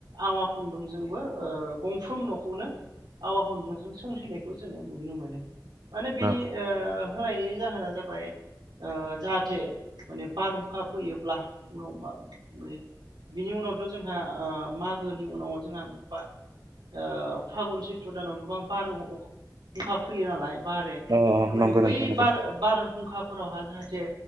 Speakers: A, on the right (about 80°); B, on the right (about 60°).
A: आवा खुन्दुंजोंबो ओ गंफ्रोम न'खौनो आवा खुन्दुंजों सोंथेनायखौ जोङो नुनो मोनो माने बिनि
B: न
A: ओ होनायनि जाहोना जाबाय ओ जाहाथे माने बारहुखा फैयोब्ला उनाव <unintelligible> बिनि उनावथ' जोंहा ओ मागोनि उनाव जोंहा बा ओ फागुन सैत्र दानाव गोबां बार हुंखा फैयो नालाय बारे
B: अ
A: थारमाने
B: नंगौ
A: बै
B: नोंथां नंगौ
A: बार बारहुंखा फोरावहा जाहाथे